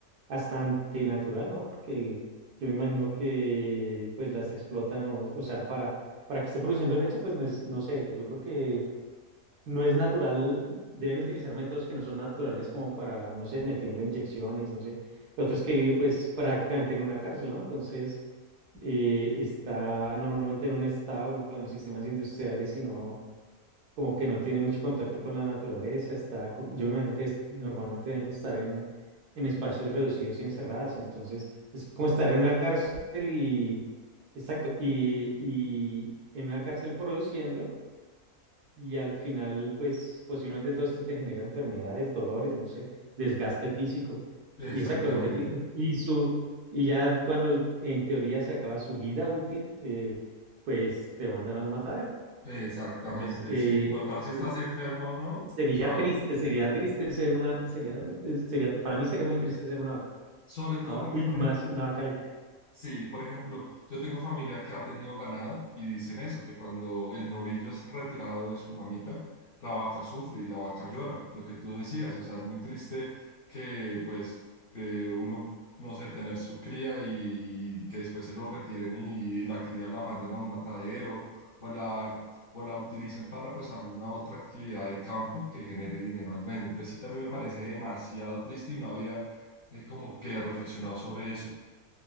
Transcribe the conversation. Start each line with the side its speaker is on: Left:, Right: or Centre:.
Right: hasta antinatural, ¿no? Porque yo me imagino que pues las explotan, o, o sea, para, para que esté produciendo leche, pues no es- no sé, yo creo que no es natural, deben utilizar métodos que no son naturales como para, no sé, metiendo inyecciones, no sé. Lo otro es que vive pues prácticamente en una cárcel, ¿no? Entonces eh, está normalmente en un establo, en sistemas industriales, y no, como que no tiene mucho contacto con la naturaleza, está, co- yo me imagino que es- normalmente deben estar en, en espacios reducidos y encerradas, entonces es como estar en una cárcel y, exacto, y, y en una cárcel produciendo. Y al final, pues posiblemente todo esto te genera enfermedades, dolores, no sé, desgaste físico.
Left: exactamente,
Right: Y exacto, lo que te dices. Y, su, y ya cuando en teoría se acaba su vida útil, eh, pues te mandan al matadero.
Left: exactamente,
Right: Entonces, eh,
Left: sin importar si estás
Right: es-
Left: enferma o no,
Right: sería
Left: chao.
Right: triste, sería triste ser una, sería, sería, para mí sería muy triste ser una vaca.
Left: Sobre todo
Right: una va-
Left: porque,
Right: y
Left: por
Right: más
Left: ejemplo,
Right: si una vaca lechera.
Left: Sí, por ejemplo, yo tengo familia que ha tenido ganado y dicen eso, que cuando el novillo es retirado de su mamita, la vaca sufre y la vaca llora, lo que tú decías, o sea, es muy triste que pues de uno, no sé, tener su cría y, y que después se lo retiren y, y la cría la manden a un matadero o la, o la utilicen para pues alguna otra actividad de campo que genere dinero al dueño. Entonces sí, también me parece demasiado triste y no había eh, como que reflexionado sobre eso.